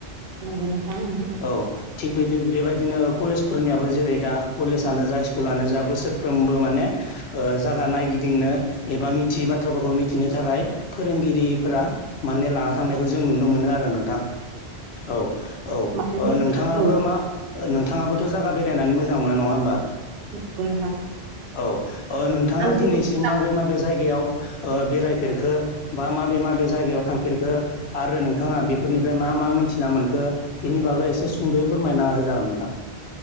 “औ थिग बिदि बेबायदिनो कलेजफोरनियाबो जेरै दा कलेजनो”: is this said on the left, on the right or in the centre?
Left